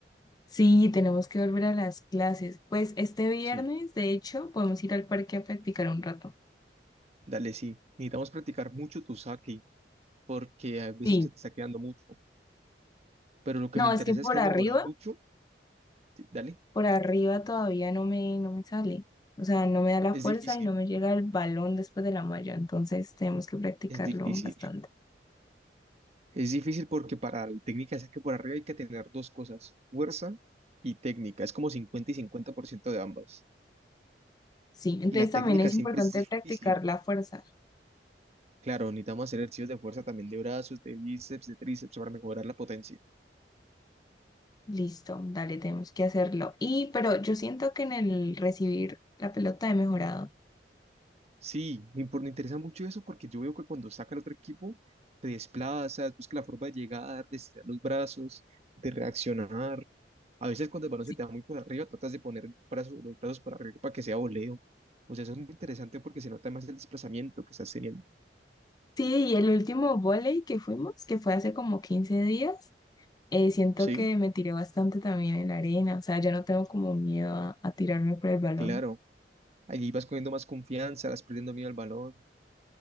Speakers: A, on the left; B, on the right.
A: Sí, tenemos que volver a las clases. Pues este viernes,
B: Sí.
A: de hecho, podemos ir al parque a practicar un rato.
B: Dale, sí. Necesitamos practicar mucho tu saque, porque hay veces
A: Sí,
B: que te está quedando mucho. Pero lo que
A: no,
B: me interesa
A: es que por
B: es que has
A: arriba,
B: mejorado mucho. Dale.
A: por arriba todavía no me, no me sale. O sea, no me da la
B: Es
A: fuerza
B: difícil.
A: y no me llega el balón después de la malla. Entonces tenemos que practicarlo
B: Es difícil.
A: bastante.
B: Es difícil porque para el técnica de saque por arriba hay que tener dos cosas, fuerza y técnica. Es como 50 y 50% de ambas.
A: Sí, entonces
B: Y la
A: también
B: técnica
A: es
B: siempre
A: importante
B: es difícil.
A: practicar la fuerza.
B: Claro, necesitamos hacer ejercicios de fuerza también de brazos, de bíceps, de tríceps para mejorar la potencia.
A: Listo, dale, tenemos que hacerlo. Y, pero yo siento que en el recibir la pelota he mejorado.
B: Sí, me, impor- me interesa mucho eso porque yo veo que cuando sacan otro equipo, te desplazas, busca la forma de llegar, de estirar los brazos, de reaccionar. A veces cuando el balón
A: Sí,
B: se te da muy por arriba, tratas de poner el brazo- los brazos por arriba para que sea voleo. O sea, eso es muy interesante porque se nota más el desplazamiento que estás teniendo.
A: sí, y el último volei que fuimos, que fue hace como 15 días, eh, siento
B: Sí,
A: que me tiré bastante también en la arena. O sea, ya no tengo como miedo a, a tirarme por el balón.
B: claro. Allí vas cogiendo más confianza, vas perdiendo miedo al balón.